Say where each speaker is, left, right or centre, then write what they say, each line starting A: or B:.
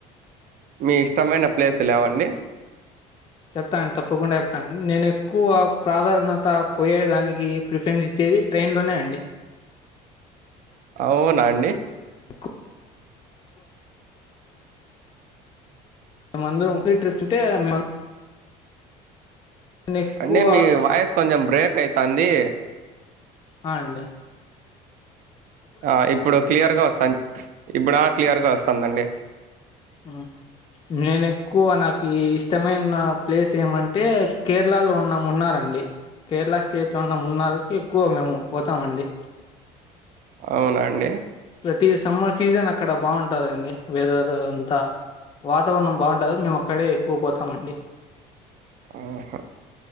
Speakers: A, on the right; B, on the left.
A: మీ ఇష్టమైన ప్లేస్ లేవండి
B: చెప్తానండి తప్పకుండా చెప్తానండి నేను ఎక్కువ ప్రాధాన్యత పోయే దానికి ప్రిఫరెన్స్ ఇచ్చే ట్రైన్ లోనే అండి
A: అవునా అండి
B: ఎక్కువ మేమందరం <unintelligible> ఎక్కువ
A: అంటే మీ వాయిస్ కొంచెం బ్రేక్ అయితాంది
B: అ అండి
A: ఆ ఇప్పుడు క్లియర్ గా వస్తాంది ఇప్పుడా క్లియర్గా వస్తాదండి
B: అ నేను ఎక్కువ నాకు ఇష్టమైన ప్లేస్ ఏమంటే కేరళలో ఉన్నా మున్నారండి కేరళ స్టేట్లో ఉన్న మున్నరికి ఎక్కువ మేము పోతామండి
A: అవునా అండి
B: ప్రతి సమ్మర్ సీజన్ అక్కడ బాగుంటందండి వెదర్ అదంత వాతావరణం బాగుంటాది మేము అక్కడే ఎక్కువ పోతామండి
A: ఆహ